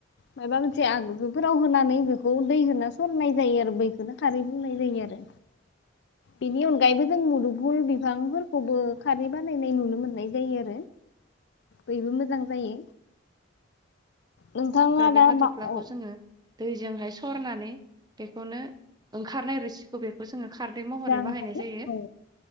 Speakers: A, on the left; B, on the right.
A: माबा मोनसे एसे आगजुफोराव होनानै बेखौ दै होना सरनाय जायो आरो बैखौनो खारै बुंनाय जायो आरो बेनि अनगायैबो जों मुदुफुल बिफांफोरखौबो खारै बानायनाय नुनो मोननाय जायो आरो बैबो मोजां जायो नोंथाङा
B: आरो बे
A: दा
B: हाथ'फ्लाखौ
A: मा अ
B: जोङो दैजोंहाय सरना नानै बेखौनो ओंखारनाय रोसि खौ बेखौ जोङो खारदै महरै
A: जा ओंखारो
B: बाहायनाय जायो
A: औ